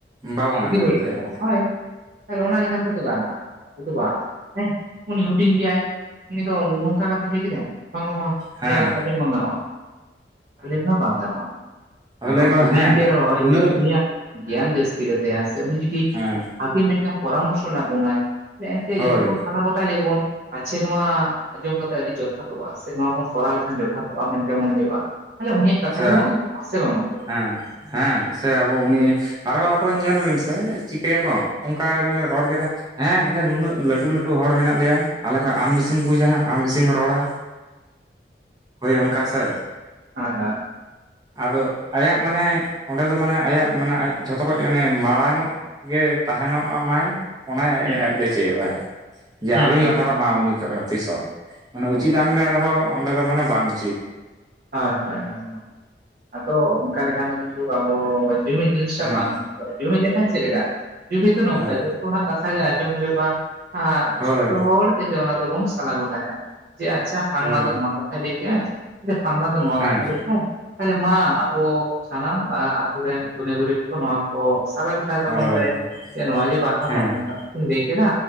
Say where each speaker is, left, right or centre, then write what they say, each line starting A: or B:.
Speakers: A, on the right (about 20°); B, on the right (about 55°).
A: ᱵᱟᱵᱚᱱ
B: ᱵᱮᱥᱤ
A: ᱟᱸᱡᱚᱢ
B: ᱵᱟᱹᱲᱤᱡ
A: ᱛᱟᱭᱟ
B: ᱠᱟᱛᱷᱟ ᱦᱳᱭ᱾ ᱛᱟᱦᱚᱞᱮ ᱚᱱᱟ ᱞᱮᱠᱷᱟᱱ ᱜᱮᱛᱚ ᱜᱟᱱ ᱱᱟ <unintelligible> ᱵᱟᱝ ᱦᱮᱸ ᱩᱱᱤ ᱦᱩᱰᱤᱧ ᱜᱮᱭᱟᱭ ᱩᱱᱤ ᱫᱚ ᱱᱚᱝᱠᱟ ᱠᱟᱛᱷᱟ ᱞᱟᱹᱭ ᱠᱮᱫᱟᱭ ᱵᱟᱝᱟ ᱵᱟᱝ
A: ᱦᱮᱸ
B: ᱩᱱᱤᱭᱟᱜ ᱠᱟᱛᱷᱟ ᱟᱡᱚᱢ ᱵᱟᱝ ᱜᱟᱱᱚᱜ-ᱟ᱾ ᱛᱟᱦᱚᱞᱮ ᱫᱚ ᱵᱟᱝ ᱜᱟᱱᱚᱜ-ᱟ
A: ᱟᱫᱚ
B: ᱠᱟᱨᱚᱱ
A: ᱞᱟᱹᱭ ᱟᱠᱚ
B: ᱦᱩᱰᱤᱧ
A: ᱦᱮᱸ
B: ᱜᱮ ᱨᱮᱦᱚᱸᱭ
A: ᱩᱱᱟᱹᱜ
B: ᱡᱩᱫᱤ ᱩᱱᱤᱭᱟᱜ ᱜᱮᱭᱟᱱ ᱡᱟᱹᱥᱛᱤ ᱜᱮᱛᱟᱭᱟ ᱥᱮ ᱩᱱᱤ ᱡᱩᱫᱤ
A: ᱦᱮᱸ
B: ᱵᱷᱟᱜᱮ ᱢᱤᱫᱴᱟᱝ ᱯᱚᱨᱟᱢᱚᱨᱥᱚ <unintelligible> ᱵᱚᱱᱟᱭ ᱮᱱᱛᱮ
A: ᱦᱳᱭ
B: ᱡᱚᱛᱚ ᱥᱟᱞᱟ ᱜᱳᱚᱴᱟᱭ ᱞᱮᱜᱮ ᱵᱚᱱ, ᱯᱟᱪᱷᱮ ᱱᱚᱣᱟ ᱟᱸᱡᱚᱢ ᱠᱟᱛᱮ ᱟᱹᱰᱤ ᱡᱚᱛᱷᱟᱛᱚᱜᱼᱟ ᱥᱮ ᱱᱚᱣᱟ ᱵᱚᱱ ᱠᱚᱨᱟᱣ ᱞᱮᱠᱷᱟᱱ ᱡᱚᱛᱷᱟᱛᱚᱜ-ᱟ ᱢᱮᱱ ᱢᱚᱱᱮ ᱦᱩᱭᱩᱜ-ᱟ ᱛᱟᱦᱚᱞᱮ ᱩᱱᱤᱭᱟᱜ
A: ᱥᱮ
B: ᱥᱮ ᱵᱟᱝ ᱜᱚᱝᱠᱮ
A: ᱦᱮᱸ ᱦᱮᱸ ᱥᱮ ᱟᱵᱚ ᱩᱱᱤ ᱟᱨᱚ ᱟᱵᱚ ᱧᱮᱞ ᱵᱤᱱ ᱥᱮ ᱪᱤᱠᱟᱹᱭᱟ ᱠᱚ ᱚᱱᱠᱟ ᱵᱤᱱ ᱨᱚᱲ ᱠᱮᱫᱟ ᱦᱮᱸ ᱟᱞᱮ ᱱᱩᱱᱟᱹᱜ ᱞᱟᱹᱴᱩ ᱞᱟᱹᱴᱩ ᱦᱚᱲ ᱢᱮᱱᱟᱜ ᱞᱮᱭᱟ ᱟᱞᱮ ᱠᱷᱚᱡ ᱟᱢ ᱵᱤᱥᱤᱢ ᱵᱩᱡᱟ ᱟᱢ ᱵᱤᱥᱤᱢ ᱨᱚᱲᱟ ᱦᱳᱭ ᱚᱱᱠᱟ ᱥᱮ᱾
B: ᱦᱳᱭ ᱦᱳᱭ ᱾
A: ᱟᱫᱚ ᱟᱭᱟᱜ ᱢᱟᱱᱮ ᱚᱸᱰᱮ ᱫᱚ ᱢᱟᱱᱮ ᱟᱭᱟᱜ ᱢᱟᱱᱮ ᱟᱡ ᱡᱷᱚᱛᱚ ᱠᱷᱱ ᱢᱟᱱᱮ ᱢᱟᱲᱟᱝ ᱚᱜ ᱜᱮ ᱛᱟᱦᱮᱱᱚᱜ ᱢᱟᱭ ᱚᱱᱟ ᱟᱡ
B: ᱦᱩᱸ
A: ᱟᱡ ᱫᱚᱭ ᱪᱟᱹᱭᱚᱜ-ᱟᱭ ᱡᱮ
B: ᱦᱩᱸ
A: ᱟᱞᱚᱧ ᱞᱟᱛᱟᱨᱚᱜ ᱢᱟ ᱩᱱᱤ ᱠᱷᱚᱡ ᱦᱚᱸ ᱛᱤᱥ ᱦᱚᱸ ᱾ ᱢᱟᱱᱮ ᱩᱪᱤᱛᱟᱜᱮᱢ
B: ᱦᱩᱸ
A: ᱢᱮᱱ ᱨᱮᱦᱚᱸ ᱚᱸᱰᱮ ᱫᱚ ᱢᱟᱱᱮ ᱵᱟᱝ ᱩᱪᱤᱛ,
B: ᱦᱳᱭ ᱦᱳᱭ ᱦᱳᱭ ᱟᱫᱚ ᱚᱱᱠᱟ ᱞᱮᱠᱷᱟᱱ ᱫᱚ ᱠᱤᱱᱛᱩ ᱟᱵᱚ ᱡᱩᱢᱤᱫ ᱡᱤᱱᱤᱥᱴᱟ
A: ᱦᱮᱸ
B: ᱵᱟᱝ ᱛᱟᱦᱮᱱᱟ ᱾ ᱡᱩᱢᱤᱫ ᱞᱮᱠᱷᱟᱱ ᱪᱮᱫ ᱞᱮᱠᱟ ᱡᱩᱢᱤᱫ ᱫᱚ ᱱᱚᱝᱠᱟ
A: ᱦᱮᱸ
B: ᱡᱚᱛᱚ ᱦᱚᱲᱟᱜ ᱠᱟᱛᱷᱟ ᱜᱮ ᱟᱸᱡᱚᱢ ᱦᱩᱭᱩᱜ-ᱟ᱾
A: ᱦᱳᱭ
B: ᱡᱷᱚᱛᱚ ᱦᱚᱲ ᱛᱮᱜᱮ ᱚᱱᱟ ᱫᱚᱵᱚᱱ ᱥᱟᱞᱟ ᱜᱚᱴᱟᱭᱟ ᱡᱮ ᱟᱪᱪᱷᱟ ᱯᱷᱟᱱᱱᱟ
A: ᱦᱳᱭ
B: ᱫᱚ ᱥᱟᱰᱮ ᱠᱮᱭᱟᱭ ᱡᱮ ᱯᱷᱟᱱᱱᱟ ᱛᱚ ᱱᱚᱣᱟ
A: ᱦᱮᱸ
B: ᱠᱟᱛᱷᱟ ᱞᱟᱹ ᱭ ᱫᱟᱭ, ᱛᱟᱦᱚᱞᱮ ᱢᱟ ᱟᱵᱚ ᱥᱟᱱᱟᱢ ᱟᱛᱩ ᱨᱮᱱ ᱜᱩᱱᱤ ᱜᱩᱨᱤᱵ ᱱᱚᱣᱟ ᱠᱚ ᱥᱟᱞᱟ ᱜᱚᱴᱟᱭ ᱛᱟᱵᱚᱱ
A: ᱦᱳᱭ
B: ᱯᱮ ᱱᱚᱣᱟ ᱡᱮ ᱵᱟᱨ ᱦᱚᱲ
A: ᱦᱮᱸ
B: ᱱᱚᱝᱠᱟᱱ ᱠᱟᱛᱷᱟ ᱠᱤᱱ ᱞᱟᱹᱭ ᱠᱮᱫᱟ᱾